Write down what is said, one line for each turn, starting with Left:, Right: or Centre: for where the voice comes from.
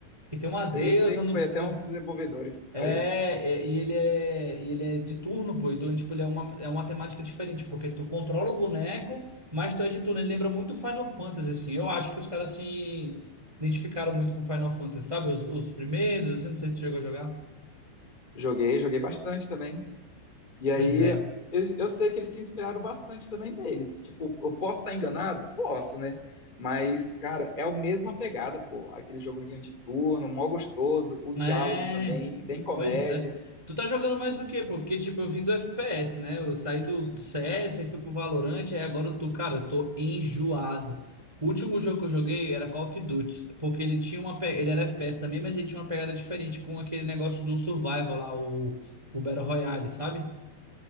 Right: que tem uma
Left: Sei,
Right: deusa
Left: sei que
Right: no,
Left: foi até
Right: no
Left: uns desenvolvedores que saiu.
Right: é, é, e ele é, e ele é de turno, pô, então tipo, ele é uma, é uma temática diferente, porque tu controla o boneco, mas tu é de turno, ele lembra muito Final Fantasy, assim, eu acho que os caras se identificaram muito com Final Fantasy, sabe, os, os primeiros, assim, não sei se chegou a jogar,
Left: Joguei, joguei bastante também. E aí,
Right: pois é.
Left: eu, eu sei que eles se inspiraram bastante também neles. Tipo, eu posso estar enganado? Posso, né? Mas, cara, é a mesma pegada, pô. Aquele joguinho de turno, mó gostoso. O diálogo
Right: É,
Left: também, bem comédia.
Right: Pois é. Tu tá jogando mais o quê, pô? Porque, tipo, eu vim do FPS, né? Eu saí do do CS, aí fui pro Valorant, aí agora eu tô, cara, eu tô enjoado. O último jogo que eu joguei era Call of Duty, porque ele tinha uma, pe- ele era FPS também, mas ele tinha uma pegada diferente com aquele negócio do survival lá, o, o Battle Royale, sabe?